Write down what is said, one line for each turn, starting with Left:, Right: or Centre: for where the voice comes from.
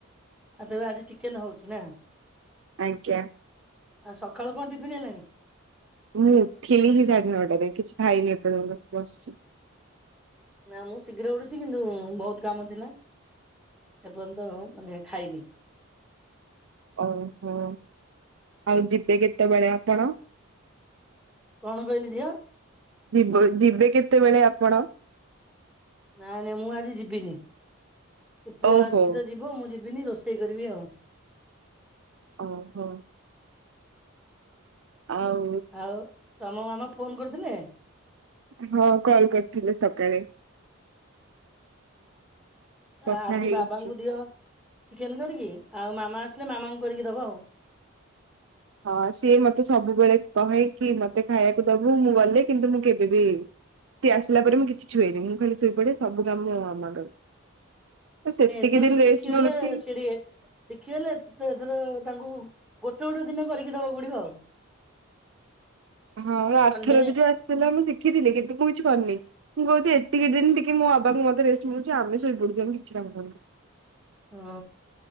Centre: ଆଉ ତେବେ ଆଜି ଚିକେନ ହଉଛି ନା।
Right: ଆଜ୍ଞା।
Centre: ଆଉ ସକାଳୁ କଣ ଟିଫନ୍ ହେଲାଣି?
Right: ମୁଁ <inaudible> କିଛି ଖାଇନି ଏ ପର୍ଯ୍ୟନ୍ତ ବସିଛି
Centre: ନା ମୁଁ ଶୀଘ୍ର ଉଡୁଛି କିନ୍ତୁ ବହୁତ କାମ ଥିଲା। ଏପର୍ଯ୍ୟନ୍ତ ମାନେ ଖାଇନି
Right: ଓହୋ ଆଉ ଯିବେ କେତେବେଳେ ଆପଣ?
Centre: କଣ କହିଲେ ଝିଅ
Right: ଯିବ ଯିବେ କେତେବେଳେ ଅପ କଣ
Centre: ନାଇଁ ନାଇଁ ମୁଁ ଆଜି ଯିବିନି ତ ପୁଅ
Right: ଓହୋ
Centre: ଆସିଛି ତ ଯିବ ମୁଁ ଯିବି ବିିନି ରୋଷେଇ କରିବି ଆଉ
Right: ଓ ହୋ। ଆଉ
Centre: ଆଉ ତମ ମାମା ଫୋନ କରିଥିଲେ?
Right: ହଁ କଲ କରିଥିଲେି ସକାଳେ। କଥା
Centre: ଆଜି
Right: ହେଇଛି।
Centre: ବାବାଙ୍କୁ ଦିଅ ଚିକେନ କରିକି ଆଉ ମାମା ଆସିଲେ ମାମାଙ୍କୁ କରିକି ଦବ ଆଉ
Right: ହଁ ସିଏ ମତେ ସବୁବେଳେ କହେ କି ମତେ ଖାଇବାକୁ ଦବୁ ମୁଁ ଗଲେ କିନ୍ତୁ ମୁଁ କେବେବି ସିଏ ଆସିଲା ପରେ ମୁଁ କିଛି ଛୁଏଇନି ମୁଁ ଖାଲି ଶୋଇପଡେ ସବୁ କାମ ମୋ ମାମା କରେ। ତ ସେତିକି
Centre: ନା ଏଥରକ
Right: ଦିନ
Centre: ଶିଖିଗଲେ
Right: ରେଷ୍ଟ ମିଳୁଛି
Centre: ସେ ଟିକେ ଶିଖିଗଲେ ଏଥର ତାଙ୍କୁ ଗୋଟେ ଗୋଟେ ଦିନ କରିକି ଦବା କୁ ପଡିବ ଆଉ
Right: ହଁ ଆର୍ଥର
Centre: ସଣ୍ଡେରେ
Right: ବି ଯୋଉ ଆସିଥିଲି ମୁଁ ଶିଖିଥିଲି। କିନ୍ତୁ ମୁ ପୁଣି କରିନି ମୁଁ କହୁଛି ଦି ଦିନ ଟିକେ ମୋ ବାବାଙ୍କୁ ମତେ ରେଷ୍ଟ ମିଳୁଛି ଆମେ ଶୋଇପଡୁଚୁ ଆମେ କିଛି କାମ କରୁନୁ।
Centre: ଓ